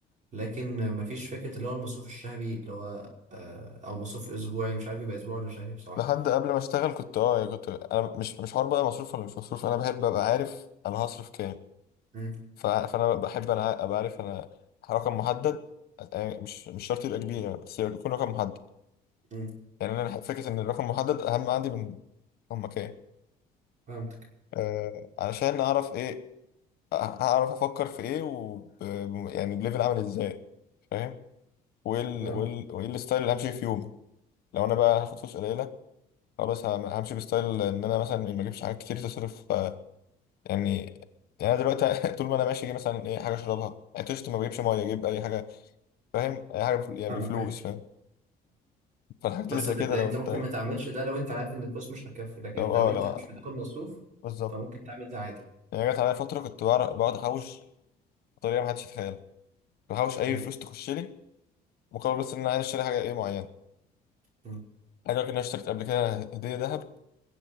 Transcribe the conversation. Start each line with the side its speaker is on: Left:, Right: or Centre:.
Right: لكن آه، مفيش فكره اللي هو المصروف الشهري اللي هو آه، او مصروف اسبوعي مش عارف يبقى اسبوعي ولا شهري بصراحه
Left: لحد قبل ما اشتغل كنت اه يعني كنت انا مش مش حوار بقى مصروف ولا مش مصروف انا بحب ابقى عارف انا هصرف كام
Right: امم
Left: ف... فانا بحب انا ابقى عارف انا رقم محدد يعني مش مش شرط يبقى كبير يعني بس يكون رقم محدد
Right: امم
Left: يعني انا فكره ان الرقم محدد اهم عندي من رقم كام
Right: فهمتك
Left: آه علشان اعرف ايه هعرف افكر في ايه و يعني بليفل عامل ازاي فاهم وايه ال...
Right: فهمت
Left: وايه ال... وايه الستايل اللي همشي فيه في يومي لو انا بقى هاخد فلوس قليله خلاص هم- همشي بستايل ان انا مثلا ما اجيبش حاجات كتير تصرف آه، يعني يعني انا دلوقتي <laughs> طول ما انا ماشي اجيب مثلا ايه حاجه اشربها عطشت ما بجيبش ميه اجيب اي حاجه فاهم اي حاجه بفل- يعني
Right: فاهمك
Left: بفلوس
Right: ايه
Left: فاهم فالحاجات
Right: بس
Left: اللي زي
Right: ده
Left: كده
Right: ده
Left: لو
Right: انت
Left: انت
Right: ممكن ما تعملش ده لو انت عارف ان الفلوس مش هتكفي لكن
Left: لو
Right: لو
Left: اه
Right: انت
Left: لو
Right: مش بتاخد مصروف
Left: بالظبط
Right: فممكن تعمل ده عادي
Left: يعني جت عليا فتره كنت بعرف- بقعد احوش بطريقه ما حدش يتخيلها بحوش اي
Right: امم
Left: فلوس تخش لي مقابل بس ان انا عايز اشتري حاجه ايه معينه
Right: امم
Left: حاجه كده انا اشتريت قبل كده هديه ذهب